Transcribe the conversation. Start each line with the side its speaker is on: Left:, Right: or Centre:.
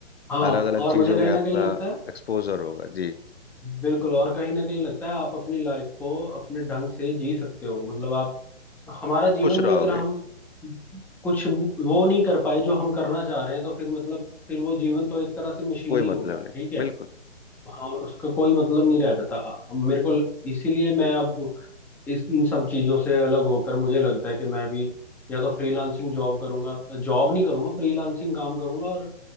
Centre: हाँ
Left: अलग अलग
Centre: और मुझे
Left: चीजों
Centre: कहीं
Left: में
Centre: ना
Left: आपका
Centre: कहीं लगता है
Left: एक्सपोजर होगा जी
Centre: बिल्कुल और कहीं ना कहीं लगता है आप अपनी लाइफ को अपने ढंग से जी सकते हो मतलब आप हमारा जीवन
Left: खुश
Centre: में
Left: रहोगे
Centre: अगर हम कुछ वो नहीं कर पाए जो हम करना चाह रहे हैं तो फिर मतलब फिर वो जीवन तो एक तरह से मशीनी
Left: कोई मतलब
Centre: हो गया
Left: नहीं
Centre: ठीक है
Left: बिल्कुल
Centre: हाँ उसका कोई मतलब नहीं रह जाता मेरे को इसीलिए मैं अब इस इन सब चीजों से अलग होकर मुझे लगता है कि मैं भी या तो फ्रीलांसिंग जॉब करूंगा जॉब नहीं करूंगा फ्रीलांसिंग काम करूंगा और